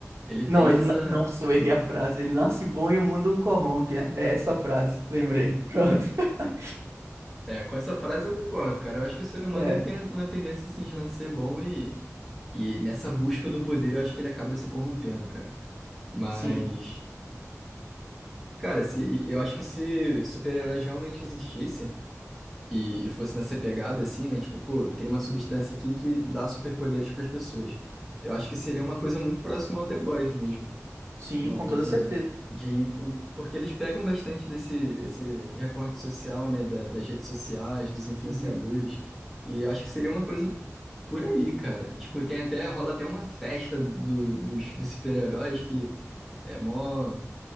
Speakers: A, in the centre; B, on the right.
A: ele
B: Não,
A: tem
B: ele.
A: essa.
B: na- Nossa, eu errei a frase. Ele nasce bom e o mundo o corrompe. É, é essa a frase, lembrei. Pronto. <laughs>
A: É, com essa frase eu concordo, cara. Eu acho que o ser humano
B: É,
A: ele tem uma tendência assim de não ser bom e, e nessa busca do poder eu acho que ele acaba se corrompendo, cara. Mas,
B: sim,
A: cara, se, eu acho que se super-heróis realmente existissem e, e fosse nessa pegada assim, né? Tipo, pô, tem uma substância aqui que dá superpoderes para as pessoas. Eu acho que seria uma coisa muito próxima ao The Boys mesmo
B: sim,
A: uma
B: com
A: coisa
B: toda certeza.
A: de influ... porque eles pegam bastante desse esse recorte social, né, da- das redes sociais, dos influenciadores,
B: Uhum.
A: e acho que seria uma coisa por ali, cara. Tipo, tem até rola até uma festa do, dos, dos super-heróis que é mó